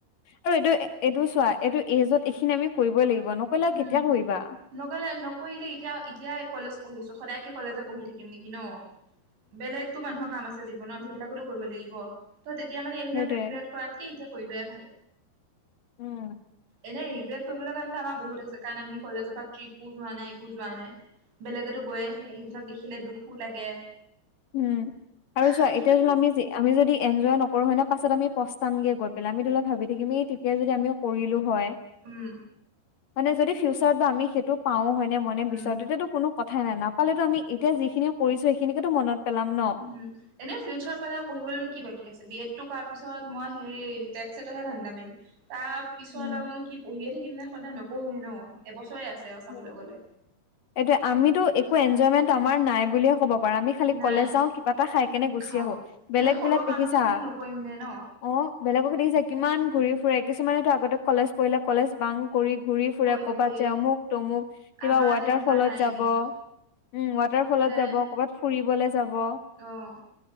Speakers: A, on the left; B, on the right.
A: আৰু এইটো এইটো চোৱা এইটো এজত এইখিনি আমি কৰিবই লাগিব ন। পেলাই
B: উম,
A: কেতিয়া কৰিবা?
B: নকলে নকৰিলে এতিয়া এতিয় কলেজ পঢ়িছো সদায় কে কলেজে পঢ়ি থাকিম নেকি ন। বেলেগতো মানুহৰ কাম আছে জীৱনত সেইবিলাকতো কৰিব লাগিব ত তেতিয়া মানে এইবিলাক
A: সেইটোৱে
B: ৰিগ্ৰেট কৰাতকে এতিয়া কৰিলোৱাই ভাল।
A: উম
B: এনে ৰিগ্ৰেট কৰিবলৈ কাৰণেত আমাৰ বহুত আছে কাৰণ আমি কলেজৰ পৰা ট্ৰিপো যোৱা নাই একো যোৱা নাই বেলেগেতো গৈয়ে থাকে সেইবিলাক দেখিলে দুখো লাগে
A: উম আৰু চোৱা
B: সেইখিনিও
A: এতিয়া ধৰিল আমি যে আমি যদি এনজয় নকৰো হয় ন পাছত আমি পস্তামগে গৈ পেলাই আমি ধৰি লও ভাবি থাকিম ই তেতিয়া যদি আমিও কৰিলো হয়
B: উম
A: মানে যদি ফিউচাৰত বা আমি সেইটো পাওঁ হয়নে মনে
B: উম
A: বিচাৰাতো, তেতিয়াতো কোনো কথাই নাই নাপালেতো আমি এতিয়া যিখিনিও কৰিছো সেইখিনিকেতো মনত পেলাম ন।
B: উম এনেই ফিউচাৰ পেলাই আৰু পঢ়িবলৈ কি বাকী আছে। বি এডটো কৰাৰ পিছত মই সেই টেট চছেটতহে ধান্দা মাৰিম। তাৰ পিছত
A: উম।
B: আৰুনো কি পঢ়িয়ে থাকিম নে সদায় নপঢ়োৱে ন এবছৰে আছে। আৰু চাবলৈ
A: স
B: গ'লে।
A: এটোয়া আমিতো একো এনজয় মানে তা আমাৰ নাই বুলিয়ে ক'ব পাৰো বা আমি খালি
B: নাই
A: কলেজ যাওঁ কিবা এটা খাই কিনে গুচি
B: খাওঁ
A: আহো।
B: সেই
A: বেলেগ
B: সৰু
A: বিলাক
B: কামটোনো
A: দেখিছা।
B: নকৰিম নে ন।
A: অ' বেলেগকো দেখিছা কিমান ঘূৰি ফুৰে। কিছুমানেতো আগতে কলেজ পঢ়িলে কলেজ বাং কৰি ঘূৰি ফুৰে
B: কৰি
A: ক'বাত
B: কৰি
A: যে অমুক তোমোক কিবা
B: আমাৰ
A: ৱাটাৰ
B: তেনেকুৱা
A: ফলত
B: নাই
A: যাব
B: কিন্তু
A: উম ৱাটাৰ ফলত
B: সদায়
A: যাব কৰ'বাত ফুৰিবলে যাব
B: অ'